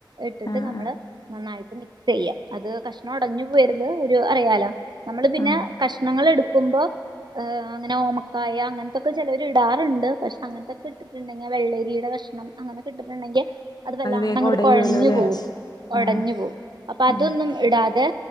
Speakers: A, on the right; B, on the left.
A: ഇട്ടിട്ട്
B: ആഹ്
A: നമ്മള്
B: ആഹ്
A: നന്നായിട്ട് മിക്സ് ചെയ്യാ അത് കഷ്ണം ഒടഞ്ഞു പോവരുത് ഒരു അറിയാലോ നമ്മള് പിന്നെ
B: ആഹ്
A: കഷ്ണങ്ങളെ ടുക്കുമ്പോ ഏ അങ്ങന ഓമക്കായ അങ്ങൻത്തൊക്കെ ചെലര് ഇടാറുണ്ട് പക്ഷെ അങ്ങനത്തൊക്കെ ഇട്ടിട്ടുണ്ടെങ്കി വെള്ള രീടെ കഷ്ണം അങ്ങനൊക്കെ ഇട്ടിട്ടുണ്ടെങ്കിൽ അത് വല്ലാണ്ട്
B: വേഗം
A: അങ്ങട്ട്
B: ഒടയുവല്ലോ
A: കൊഴഞ്ഞു
B: അല്ലെ
A: പോവും. ഒടഞ്ഞു
B: ആഹ്
A: പോവും. അപ്പൊ അതൊന്നും
B: ആഹ്
A: ഇടാതെ